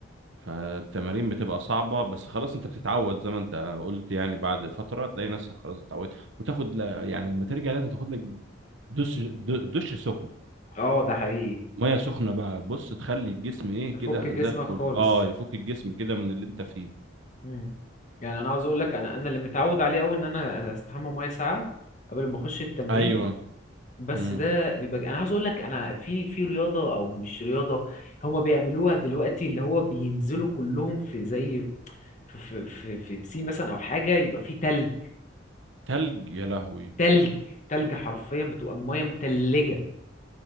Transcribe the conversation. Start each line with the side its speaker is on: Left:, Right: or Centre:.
Right: فالتمارين بتبقى صعبة بس خلاص انت بتتعود زي ما انت قلت يعني بعد فترة تلاقي نفسك خلاص اتعودت وتاخد ل- يعني لما ترجع لازم تاخد لك دش د- دش سخن
Left: اه ده حقيقي
Right: مية سخنة بقى بص تخلي الجسم ايه
Left: تفك
Right: كده
Left: جسمك
Right: زي الفل
Left: خالص
Right: اه يفك الجسم كده من اللي انت فيه
Left: مم. يعني انا عاوز اقول لك انا انا اللي متعود عليه قوي ان انا استحمى ميه ساعه قبل ما اخش التمرين
Right: ايوه
Left: بس
Right: امم
Left: ده بيبقى انا عاوز اقول لك انا في في رياضه او مش رياضه هما بيعملوها دلوقتي اللي هو بينزلوا كلهم في زي في في في, في بسين مثلا او حاجه يبقى فيه تلج
Right: تلج يا لهوي
Left: تلج تلج حرفيا بتبقى الميه متلجه